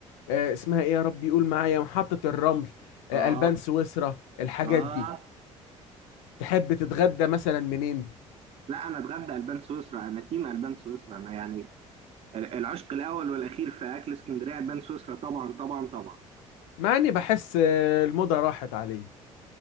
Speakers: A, on the left; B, on the right.
A: آه، اسمها ايه يا رب يقول معايا محطه الرمل آه،
B: اه
A: البان سويسرا الحاجات
B: اه
A: دي تحب تتغدى مثلا منين
B: لا انا اتغدى البان سويسرا انا تيم البان سويسرا انا يعني ال- العشق الاول والاخير في اكل اسكندريه البان سويسرا طبعا طبعا طبعا
A: مع اني بحس آه، الموضه راحت عليه